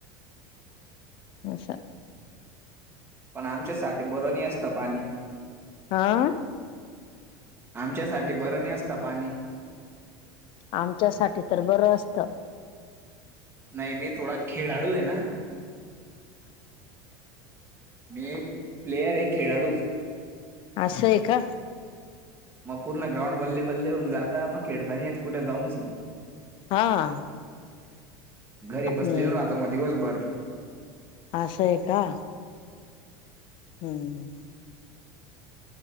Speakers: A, on the left (about 50°); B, on the right (about 20°).
A: हशा
B: पण आमच्यासाठी बरं नाही असतं पाणी.
A: आह.
B: आमच्या साठी बरं नाही असत पाणी.
A: आमच्यासाठी तर बरं असतं.
B: नाही मी थोडा खेळाडू आहे ना. मी एक प्लेयर आहे खेळाडू.
A: असं आहे का.
B: मग पूर्ण ग्राउंड बल्लेबल्ले होऊन जाता मग खेळता नाही येत कुठे जाऊन सण.
A: हा.
B: घरी
A: हम्म
B: बसलेल राहतो मग दिवसभर..
A: आशय का. हम्म